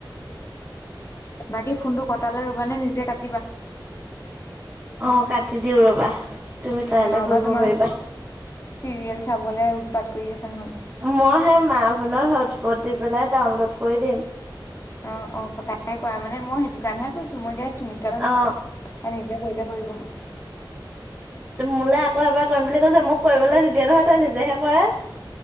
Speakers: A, on the left (about 35°); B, on the right (about 25°).
A: বাকী ফোনটো কটালে ৰবা নে নিজে কা-
B: অ কাটি দিও ৰবা- তুমি তাইলে
A: উম নহবা
B: কৰিব
A: তোমাৰ
B: পাৰিবা-
A: চিৰিয়েল চাবলে- কৰি আছে নহ'লে।
B: মই সেই মাহ ফোনত হটস্পট দি পেলাই ডাউনলোড কৰি দিম-
A: অ অ কটাকে কৰা মানে মই সেইটো কাৰণেহে কৈছো মই এতিয়া চুমিত্ৰা
B: অ
A: কৰিলে কৰিব।
B: মোলৈ আকৌ এবাৰ কৰিম বুলি কৈছে মোক কৰিবলৈ নিদিয়ে নহয় তাই নিজেহে কৰে।